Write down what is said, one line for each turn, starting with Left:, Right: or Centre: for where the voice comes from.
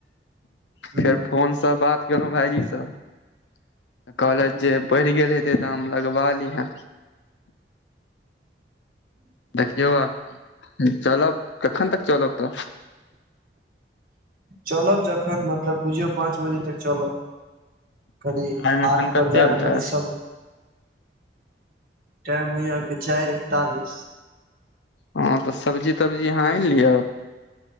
Right: हूँ
Left: फेर फोनसँ बात। हँ भाईजी, सभ कॉलेज
Right: हूँ
Left: पढ़ि गेल हेतै तऽ हम लगबा लीहे। देखियौ, आब चलब, कखन तक चलब तऽ।
Right: चलब, जखन मतलब बुझियौ पाँच बजे तक चलब। कनि
Left: टाइम
Right: हाटपर
Left: एखन कते
Right: जा कऽ,
Left: होइया
Right: कनि सभ टाइम होयके चारि एकतालिस।
Left: हँ तऽ सब्जी तब्जी अहाँ आनि लिअ।